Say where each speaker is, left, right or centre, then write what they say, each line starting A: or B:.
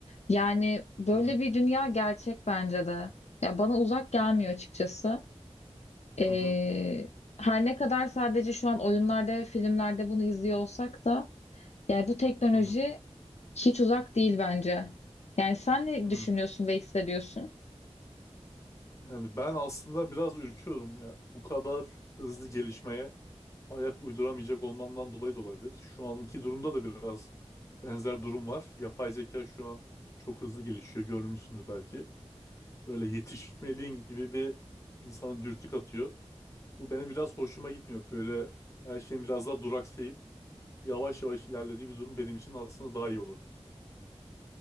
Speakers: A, on the left (about 75°); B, on the left (about 25°).
A: Yani böyle
B: Hı hı.
A: bir dünya gerçek bence de. Ya bana uzak gelmiyor açıkçası. Ee,
B: Hı hı.
A: her ne kadar sadece şu an oyunlarda ve filmlerde bunu izliyor olsak da yani bu teknoloji
B: Hı hı.
A: hiç uzak değil bence. Yani sen ne
B: Hı
A: düşünüyorsun
B: hı.
A: ve hissediyorsun,
B: Yani ben aslında biraz ürküyorum ya. Bu kadar hızlı gelişmeye ayak uyduramayacak olmandan dolayı da olabilir. Şu anki durumda da biraz benzer durum var. Yapay zeka şu an çok hızlı gelişiyor. Görmüşsündür belki. Böyle yetişmeliğin gibi bir insanı dürtük atıyor. Bu benim biraz hoşuma gitmiyor. Böyle her şeyin biraz daha duraksayıp yavaş yavaş ilerlediği bir durum benim için aslında daha iyi olurdu.